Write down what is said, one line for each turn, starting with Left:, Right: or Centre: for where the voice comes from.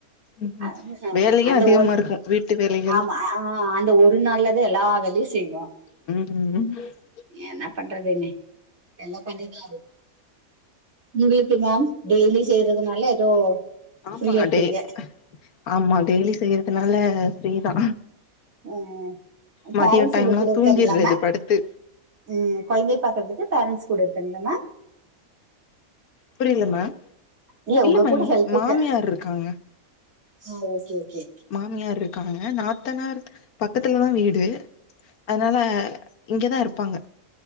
Left: ம்
Right: ஹ
Left: வேலையு
Right: அந்த
Left: அதிகமா
Right: ஒர்க்
Left: இருக்கு வீட்டு வேலைகள்
Right: ஆமா ஆஹ அந்த ஒரு நாள்ளதா எல்லா வேலையு செய்வோ
Left: <unintelligible>
Right: என்ன பண்றது மே எல்லா பண்ணிதா ஆகனு உங்களுக்கு மேம் டெய்லி செய்யறதுனால ஏதோ
Left: ஆமாங்க
Right: ஃப்ரீயா இருப்பீங்க
Left: டெய் ஆமா டெய்லி செய்யறதுனால ஃப்ரீதா
Right: ம்
Left: மதியோ
Right: பேரண்ட்ஸ்
Left: டைம்லா
Right: இப்ப கூட இருக்காங்களா
Left: தூங்கிர்றது படுத்து
Right: ம் கொழந்தை பாக்குறதுக்கு பேரண்ட்ஸ் கூட இருக்கங்கலா மேம்
Left: புரியல மேம்
Right: இல்ல உங்க
Left: மேம்
Right: கூட ஹெல்புகு
Left: மாமியார் இருக்காங்க
Right: அ ஓகே ஓகே
Left: மாமியார் இருக்காங்க நாத்தனார் பக்கத்துலதா வீடு அதனால இங்கதா இருப்பாங்க